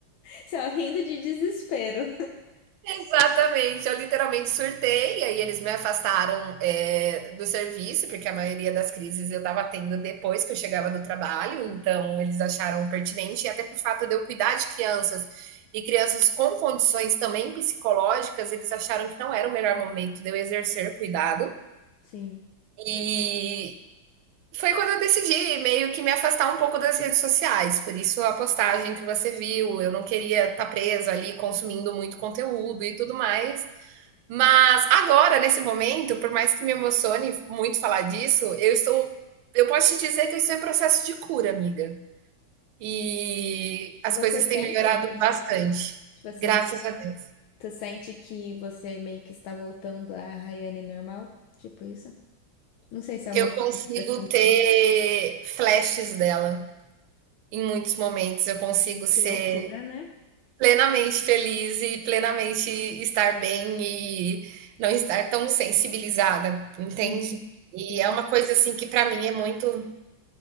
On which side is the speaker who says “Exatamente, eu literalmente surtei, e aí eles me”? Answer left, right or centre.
Right